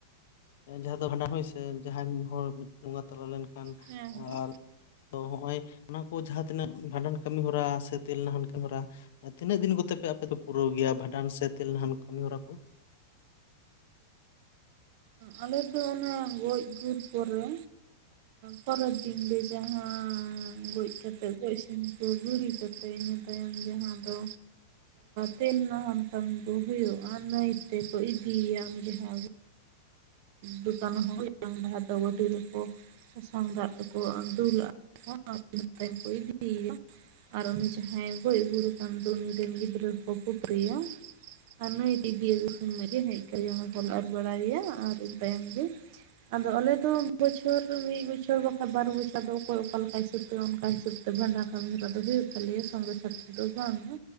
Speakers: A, on the left; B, on the right.
A: ᱡᱟᱦᱟᱸ ᱫᱚ ᱵᱷᱟᱰᱟᱱ ᱦᱚᱭ ᱥᱮ ᱡᱟᱦᱟᱸᱭ ᱢᱤᱫ ᱦᱚᱲ ᱵᱚᱸᱜᱟ ᱛᱟᱞᱟ ᱞᱮᱱᱠᱷᱟᱱ,
B: ᱦᱮᱸ ᱦᱮᱸ
A: ᱟᱨ ᱛᱚ ᱱᱚᱜᱼᱚᱭ ᱚᱱᱟ ᱠᱚ ᱡᱟᱦᱟᱸ ᱛᱤᱱᱟᱹᱜ ᱵᱷᱟᱰᱟᱱ ᱠᱟᱹᱢᱤᱦᱚᱨᱟ, ᱥᱮ ᱛᱮᱞ ᱱᱟᱦᱟᱱ ᱠᱟᱹᱢᱤ ᱦᱚᱨᱟ᱾ ᱮᱸ, ᱛᱤᱱᱟᱹᱜ ᱫᱤᱱ ᱠᱚᱛᱮ ᱯᱮ ᱟᱯᱮ ᱫᱚ ᱯᱩᱨᱟᱹᱣ ᱜᱮᱭᱟ ᱵᱷᱟᱰᱟᱱ ᱥᱮ ᱛᱮᱞ ᱱᱟᱦᱮᱱ ᱠᱟᱹᱢᱤ ᱦᱚᱨᱟ ᱠᱚ?
B: ᱟᱞᱮ ᱫᱚ ᱚᱱᱟ ᱜᱚᱡ-ᱜᱩᱨ ᱯᱚᱨᱮ ᱯᱚᱨᱮᱨ ᱫᱤᱱ ᱨᱮ ᱡᱟᱦᱟᱸ ᱜᱚᱡ ᱠᱟᱛᱮ ᱜᱚᱡ ᱥᱤᱢ ᱠᱚ ᱜᱩᱨᱤ ᱠᱟᱛᱮ, ᱤᱱᱟᱹ ᱛᱟᱭᱚᱢ ᱡᱟᱦᱟᱸ ᱫᱚ ᱛᱮᱞ ᱱᱟᱹᱦᱟᱱ ᱠᱟᱹᱢᱤ ᱠᱚ ᱦᱩᱭᱩᱜᱼᱟ, ᱱᱟᱹᱭ ᱛᱮᱠᱚ ᱤᱫᱤᱭᱮᱭᱟ ᱩᱱ ᱡᱟᱦᱟᱸ ᱫᱚ ᱠᱷᱟᱱ ᱦᱚᱸᱭ ᱡᱟᱝ ᱵᱟᱦᱟ ᱫᱚ ᱵᱟᱹᱴᱤ ᱨᱮᱠᱚ᱾ ᱥᱟᱥᱟᱝ ᱫᱟᱜ ᱛᱮᱠᱚ ᱫᱩᱞᱼᱟ, <unintelligible> ᱤᱱᱟᱹ ᱛᱟᱭᱚᱢ ᱮ ᱠᱚ ᱤᱫᱤᱭᱮᱭᱟ᱾ ᱟᱨ ᱩᱱᱤ ᱡᱟᱦᱟᱸᱭ ᱜᱚᱡ ᱜᱩᱨ ᱠᱟᱱ ᱫᱚ ᱩᱱᱤ ᱨᱮᱱ ᱜᱤᱫᱽᱨᱟᱹ ᱫᱚᱠᱚ ᱯᱩᱴᱩᱨᱤᱭᱟ᱾ ᱟᱨ ᱱᱩᱭ ᱤᱫᱤ ᱟᱹᱜᱩ ᱥᱚᱢᱚᱭ ᱜᱮ ᱦᱮᱡ ᱠᱟᱛᱮ ᱡᱚᱝ <unintelligible> ᱵᱚᱞ <unintelligible> ᱚᱨ ᱵᱟᱲᱟᱭᱮᱭᱟ ᱟᱨ ᱤᱱᱟᱹ ᱛᱟᱭᱚᱢ ᱜᱮ᱾ ᱟᱫᱚ ᱟᱞᱮ ᱫᱚ ᱵᱚᱪᱷᱚᱨ ᱢᱤᱫ ᱵᱚᱪᱷᱚᱨ ᱵᱟᱠᱷᱟᱱ ᱵᱟᱨ ᱵᱚᱪᱷᱚᱨ ᱫᱚ ᱚᱠᱚᱭ ᱚᱠᱟ ᱞᱮᱠᱟᱭ - ᱥᱟᱹᱛᱚᱜ-ᱟ, ᱚᱱᱠᱟ ᱦᱤᱥᱟᱹᱵ ᱛᱮ ᱵᱷᱟᱸᱰᱟᱱ ᱠᱟᱹᱢᱤᱦᱚᱨᱟ ᱫᱚ ᱦᱩᱭᱩᱜ ᱛᱟᱞᱮᱭᱟ ᱥᱚᱝᱜᱮ ᱥᱟᱛᱚ ᱫᱚ ᱵᱟᱝᱼᱟ᱾